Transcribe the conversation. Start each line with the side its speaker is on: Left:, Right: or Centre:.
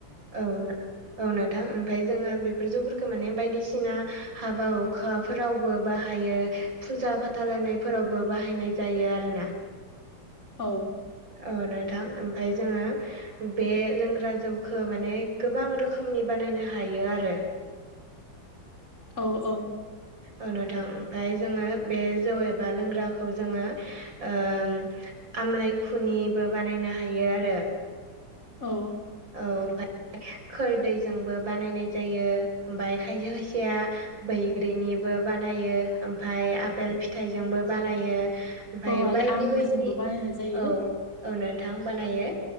Right: औ नों औ नोंथां ओमफाय जोङो बेफोर जौफोरखौ माने बायदिसिना हाबा हुखा फोरावबो बाहायो फुजा फाथाल होनायफोरावबो बाहायनाय जायो आरोना। <inaudible>
Left: औ।
Right: औ नोंथां ओमफाय जोङो बे लोंग्रा जौ खो माने गोबां रोखोमनि बानायनो हायो आरो।
Left: औ औ।
Right: औ नोंथां ओमफफ्राय जोङो बे जौ एबा लोंग्राखौ जोङो ओ आमलाइ खुनिबो बानायनो हायो आरो।
Left: औ
Right: औ <unintelligible> खोरदैैजोंबो बानायनाय जायो ओमफ्राय खायसे खायसेया बै ग्रिनिबो बानायो ओमफफ्राय आफपेल फिथाइजोंबो बानायो। ओमफाय
Left: औ आरो
Right: बायदि
Left: आंगुरजोंबो
Right: बायदि
Left: बानायनाय जायो
Right: औ औ नोंथां बानायो।